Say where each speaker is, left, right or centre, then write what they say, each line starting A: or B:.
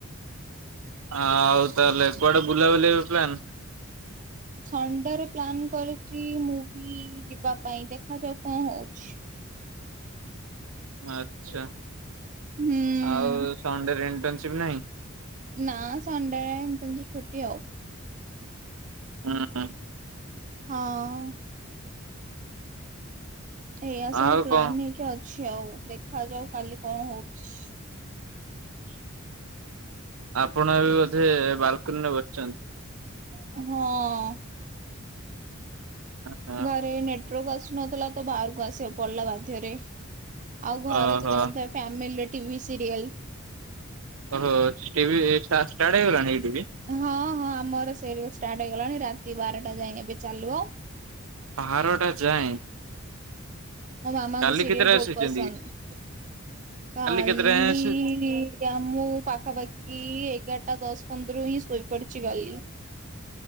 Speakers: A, on the right; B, on the right.
A: ଆଉ ତାହେଲେ କୁଆଡ଼େ ବୁଲାବୁଲି ଏବେ ପ୍ଲାନ୍?
B: ସଣ୍ଡେରେ ପ୍ଲାନ କରିଚି ମୁଭି ଯିବା ପାଇଁ ଦେଖାଯାଉ କଁ ହଉଚି।
A: ଆଚ୍ଛା
B: ହୁଁ
A: ଆଉ ସଣ୍ଡେରେ ଇଣ୍ଟନସିପ୍ ନାହିଁ?
B: ନାଁ ସଣ୍ଡେ ଇଣ୍ଟନସିପ୍ ବି ଛୁଟି ଆଉ।
A: ହୁଁ ହୁଁ।
B: ହଁ। ଏଇଆ ସବୁ
A: ଆଉ
B: ପ୍ଲାନ୍
A: କଣ
B: ହେଇକି ଅଛି ଆଉ ଦେଖା ଯାଉ କାଲି କଁ ହଉଛି।
A: ଆପଣ ଏବେ ବୋଧେ ବାଲକୁନିରେ ବସିଚନ୍ତି?
B: ହଁ।
A: ହଁ
B: ଘରେ ନେଟୃରକ ଆସୁନଥୁଲା ତ ବାହାରକୁ ଆସିବାକୁ ପଡ଼ିଲା ବାଧ୍ୟରେ। ଆଉ ଘରେ
A: ଓହୋ।
B: ତ ଜାଣିଥା ଫ୍ୟାମିଲିରେ ଟି ଭି ସିରିଏଲ୍।
A: ଓହୋ ଟି ଭି ଷ୍ଟା ଷ୍ଟାର୍ଟ ହେଇଗଲାଣି କି ଟି ଭି?
B: ହଁ ହଁ ଆମର ସେରିଓ ଷ୍ଟାର୍ଟ ହେଇଗଲାଣି ରାତି ବାରଟା ଯାଏଁ ଏବେ ଚାଲିବ।
A: ବାରଟା ଯାଏଁ?
B: ମୋ ମାମାଙ୍କୁ
A: କାଲି
B: ସିରିଏଲ଼
A: କେତେଟା
B: ବହୁତ
A: ଶୋଇଛନ୍ତି?
B: ପସନ୍ଦ କାଲି
A: କେତେଟା ଯାଏଁ ଶୋଇ
B: କ୍ୟା ମୁଁ ପାଖାପାଖି ଏଗାରଟା ଦଶ ପନ୍ଦରୁ ହିଁ ସୋଇପଡି଼ଚି କାଲି।